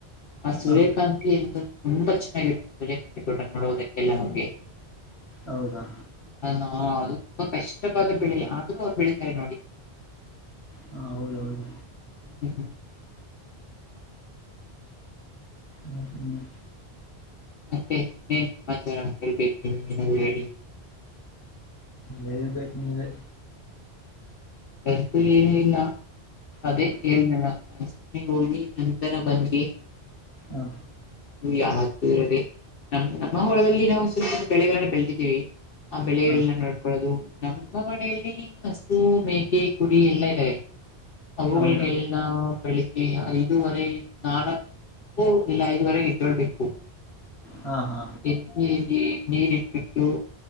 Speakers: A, on the left; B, on the left.
A: ಆ ಸೂರ್ಯಕಾಂತ್
B: ಹಾ
A: ತುಂಬಾ ಚೆನ್ನಾಗಿರುತ್ತೆ ಸೂರ್ಯಕಾಂತಿ ತೋಟ ನೋಡುವುದಕ್ಕೆಲ್ಲ ನಮಗೆ.
B: ಹೌದಾ
A: ಹ ಅದು ತುಂಬಾ ಕಷ್ಟವಾದ ಬೆಳೆ ಆದ್ರೂ ಅವ್ರು ಬೆಳಿತಾರೆ ನೋಡಿ.
B: ಹಾ ಹೌದ ಹೌದು
A: ಹ್ಮ
B: ಹ್ಮ್
A: ಮತ್ತೆ ಏನ್ ಸಮಾಚಾರ ಹೇಳ್ಬೇಕು ನೀವೆ ಏನಾದ್ರೂ ಹೇಳಿ.
B: ಹೇಳ್ಬೇಕು ನೀವೇ
A: ಹೆಲ್ತ್ ಏನಿಲ್ಲ ಅದೇ
B: ಹ
A: ಹೇಳಿದನಲ್ಲ ಆಸ್ಪತ್ರೆಗೆ ಹೋಗಿ ನಂತರ ಬಂದ್ವಿ.
B: ಹಾ
A: ಯಾವಾಗ್ತೂ ಇದೆ ನಮ್ಮ್ ನಮ್ಮ ಹೊಲದಲ್ಲಿ ನಾವು ಸುಲಭದ ಬೆಳೆಗಳನ್ನೂ ಬೆಳದಿದ್ದೀವಿ. ಆ ಬೆಳೆಗಳನ್ನ
B: ಹಾ
A: ನೋಡ್ಕೊಳ್ಳದು ನಮ್ಮ ಮನೆಯಲ್ಲಿ ಸ್ ಸು ಮೇಕೆ ಕುರಿ ಎಲ್ಲಾ ಇದ್ದಾವೆ ಅವುಗಳಿಗೆ
B: ಹೌದಾ
A: ಎಲ್ಲಾ ಬೆಳಿಗ್ಗೆ ಐದುವರೆ ನಾಲ್ಕ್ ಓ ಇಲ್ಲ ಐದುವರೆಗೆ ಎದೋಳ್ಬೇಕು.
B: ಹಾ ಹಾ
A: ಲ್ಲಿ ನೀರಿ ಇಟ್ಬಿಟ್ಟು